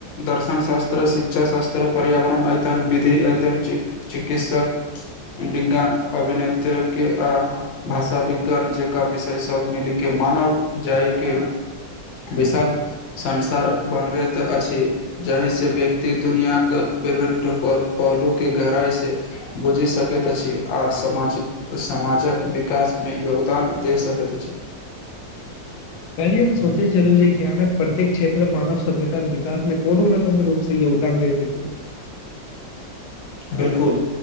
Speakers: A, on the left; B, on the left.
A: दर्शन शास्त्र शिक्षा शास्त्र पर्यावरण अध्ययन विधि अध्ययन- चिकित्सक विज्ञान अभनेत्र आ। भाषा विज्ञान जेक विषय सब मिल के मानल जाय के विशाल संसार बनबैत अछि जाहि से व्यक्ति दुनआ के विभिन्न पहलू के गहराइ से बुझि सकैत अछि आ समाज- समाजक। विकासमे योगदान द सकैत अछि। <unintelligible>
B: कली हम सोचे चलू जे ज्ञानक प्रत्येक क्षेत्र मानव सभ्यता विकासमे। कोनो ने -कोनो रूप से योगदान दैत छी। <unintelligible>
A: बिलकुल